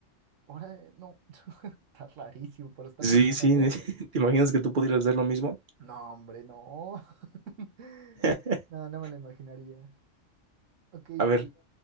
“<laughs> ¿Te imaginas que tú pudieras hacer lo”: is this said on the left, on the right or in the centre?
Right